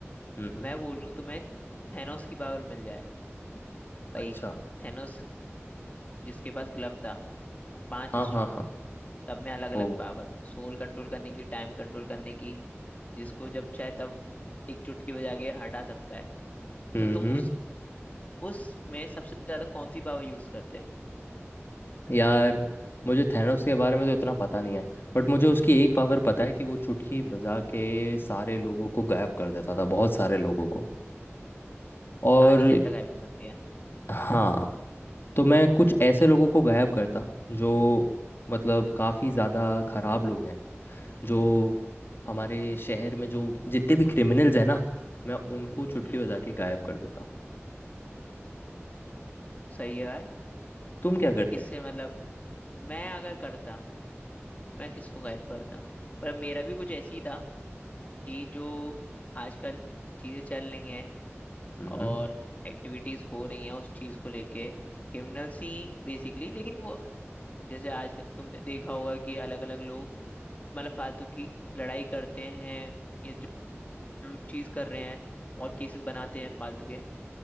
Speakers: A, on the left; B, on the left.
A: हम्म हम्म
B: मैं बोल रहा हूँ तुम्हें थेनोस की पावर मिल जाए भाई
A: अच्छा
B: थेनोस जिसके पास ग्लव था पांच
A: हाँ
B: स्टोन
A: हाँ हाँ
B: सब में अलग अलग
A: ओ
B: पावर सोल कंट्रोल करने की टाइम कंट्रोल करने की जिसको जब चाहे तब एक चुटकी बजा के हटा सकता है
A: हम्म
B: तो तुम
A: हम्म
B: उस उसमें सबसे ज्यादा कौन सी पावर यूज करते
A: यार मुझे थैनोस के बारे में तो इतना पता नहीं है बट मुझे उसकी एक पावर पता है कि वो चुटकी बजा के सारे लोगों को गायब कर देता था बहुत सारे लोगों को और
B: आधी जनता गायब हो सकती है
A: हाँ तो मैं कुछ ऐसे लोगों को गायब करता जो मतलब काफ़ी ज़्यादा खराब लोग हैं जो हमारे शहर में जो जितने भी क्रिमिनल्स हैं ना मैं उनको चुटकी
B: हम्म
A: बजा के गायब कर देता
B: सही है भाई
A: तुम क्या करते
B: इससे
A: हैं
B: मतलब मैं अगर करता मैं किसको गायब करता पर मेरा भी कुछ ऐसी ही था कि जो आजकल चीजें चल रही हैं
A: हम्म
B: और एक्टिविटीज हो रही हैं उस चीज को लेके क्रिमिनल्स ही बेसिकली लेकिन वो जैसे आज तुमने देखा होगा कि अलग अलग लोग मतलब फालतू की लड़ाई करते हैं या जो, जो चीज कर रहे हैं और केसेस बनाते हैं फालतू के